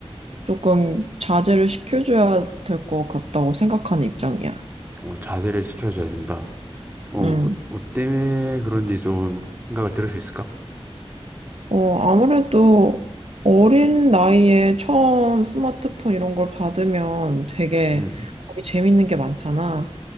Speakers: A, on the right; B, on the right.
A: 조금 자제를 시켜줘야 될 것 같다고 생각하는 입장이야.
B: 어, 자제를 시켜줘야 된다. 어,
A: 응.
B: 뭐, 뭐 때문에 그런지 좀 생각을 들을 수 있을까?
A: 어, 아무래도 어린 나이에 처음 스마트폰 이런 걸 받으면 되게
B: 음.
A: 거기 재밌는 게 많잖아.